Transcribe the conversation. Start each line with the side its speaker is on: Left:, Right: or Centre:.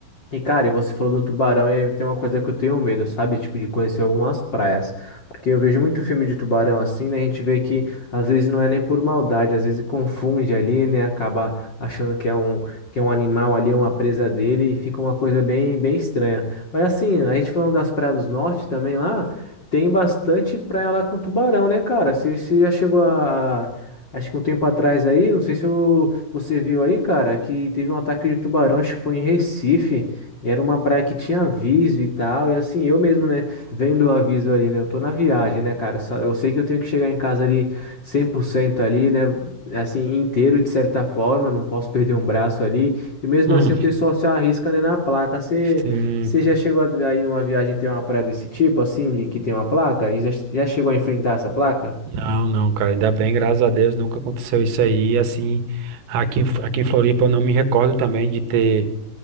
Left: E, cara, e você falou do tubarão, e tem uma coisa que eu tenho medo, sabe? Tipo, de conhecer algumas praias. Porque eu vejo muito filme de tubarão assim, né? A gente vê que às vezes não é nem por maldade, às vezes confunde ali, né? Acaba achando que é um, que é um animal ali, uma presa dele, e fica uma coisa bem, bem estranha. Mas assim, a gente falando das praias do norte também lá, tem bastante praia lá com tubarão, né, cara? Você, você já chegou a. a- Acho que um tempo atrás aí, não sei se o- você viu aí, cara, que teve um ataque de tubarão, acho que foi em Recife. E era uma praia que tinha aviso e tal, e assim, eu mesmo, né, vendo o aviso ali, né, eu tô na viagem, né, cara, só, eu sei que eu tenho que chegar em casa ali 100% ali, né, assim, inteiro de certa forma, não posso perder um braço ali, e mesmo
Right: Hum,
Left: assim o pessoal se arrisca, né, na placa, você
Right: sim.
Left: você já chegou aí numa viagem, tem uma praia desse tipo, assim, de que tem uma placa, e já, já chegou a enfrentar essa placa?
Right: Não, não, cara, ainda bem, graças a Deus, nunca aconteceu isso aí, assim, aqui, em F- aqui em Floripa eu não me recordo também de ter